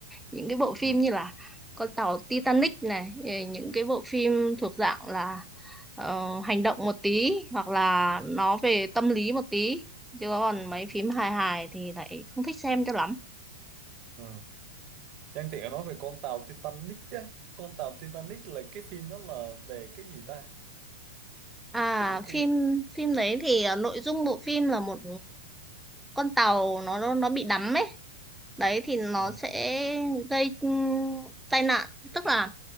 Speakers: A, in the centre; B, on the right (about 40°).
A: Những cái bộ phim
B: ừ
A: như là con tàu Titanic này, rồi những cái bộ phim thuộc dạng là ờ, hành động một tí hoặc là nó về tâm lý một tí. Chứ còn mấy phim hài hài thì lại không thích xem cho lắm.
B: ừ Nhân tiện nói về con tàu Titanic chứ con tàu Titanic là cái phim đó là về cái gì ta
A: À
B: tự nhiên cái
A: phim phim đấy thì ờ, nội dung bộ phim là một con tàu nó nó nó bị đắm ấy. Đấy thì nó
B: ừ
A: sẽ gây ừm, tai nạn, tức là